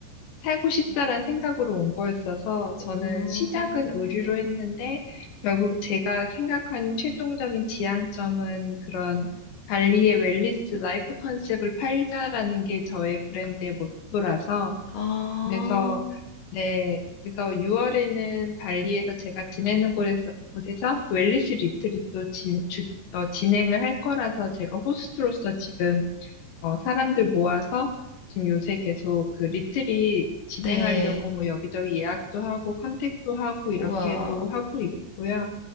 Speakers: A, on the left (about 70°); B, on the left (about 55°).
A: 살고 싶다라는 생각으로 온 거였어서 저는
B: 음.
A: 시작은 의류로 했는데 결국 제가 생각하는 최종적인 지향점은 그런 발리의 웰니스 라이프 컨셉을 팔자라는 게 저의 브랜드의 모토라서
B: 아.
A: 그래서 네 그래서 6월에는 발리에서 제가 지내는 곳에서 곳에서 웰니스 리트릿도 진, 주- 어, 진행을 할 거라서 제가 호스트로서 지금 어, 사람들 모아서 지금 요새 계속 그 리트릿 진행하려고
B: 네.
A: 뭐 여기저기 예약도 하고 컨택도 하고 이렇게도
B: 우와.
A: 하고 있고요.